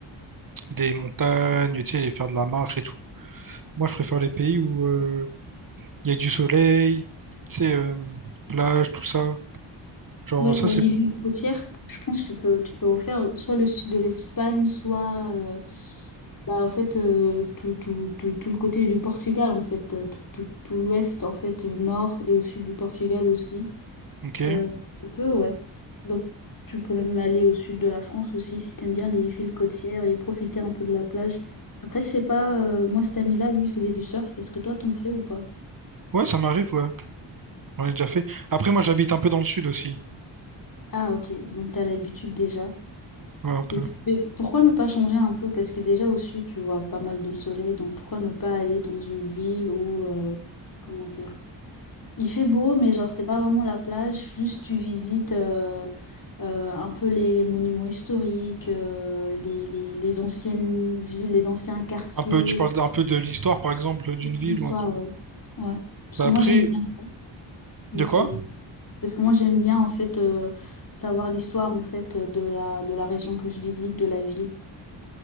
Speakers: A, on the right; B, on the left.
A: des montagnes, tu sais, les faire de la marche et tout. Moi, je préfère les pays où euh, il y a du soleil, tu sais, euh, plage, tout ça. Genre,
B: Ouais,
A: ça,
B: bah,
A: c'est...
B: les villes côtières, je pense que tu peux, tu peux refaire soit le sud de l'Espagne, soit euh, bah, en fait, euh, tout, tout, tout, tout le côté du Portugal, en fait, euh, tout, tout, tout l'ouest, en fait, euh, nord et au sud du Portugal aussi.
A: Ok.
B: Euh, tu peux, ouais. Donc, tu peux même aller au sud de la France aussi si t'aimes bien les villes côtières et profiter un peu de la plage. Après, je sais pas, euh, moi, cet ami-là, lui, il faisait du surf. Est-ce que toi, t'en fais ou pas?
A: Ouais, ça m'arrive, ouais. J'en ai déjà fait. Après, moi, j'habite un peu dans le sud aussi.
B: Ah, ok, donc t'as l'habitude déjà.
A: Ouais, un peu.
B: Et puis, mais pourquoi ne pas changer un peu? Parce que déjà au sud, tu vois pas mal de soleil, donc pourquoi ne pas aller dans une ville où, euh, comment dire, il fait beau, mais genre c'est pas vraiment la plage, juste tu visites euh, euh, un peu les, les monuments historiques, euh, les, les- les anciennes villes, les anciens quartiers,
A: Un peu, tu parles d'un peu de l'histoire, par exemple, d'une ville
B: l'histoire,
A: ou un truc.
B: ouais. Ouais. Parce
A: Bah,
B: que
A: après,
B: moi j'aime bien. Donc,
A: de quoi?
B: euh, parce que moi j'aime bien en fait euh, savoir l'histoire en fait de la, de la région que je visite, de la ville.